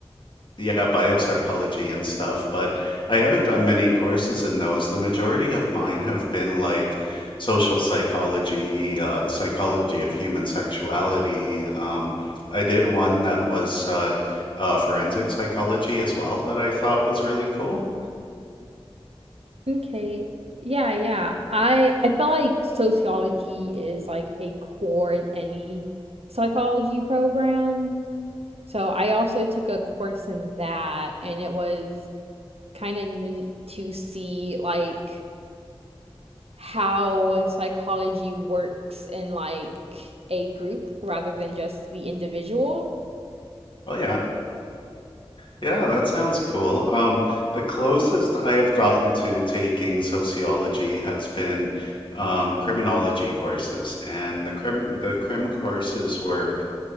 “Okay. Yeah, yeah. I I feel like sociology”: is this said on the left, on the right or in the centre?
Right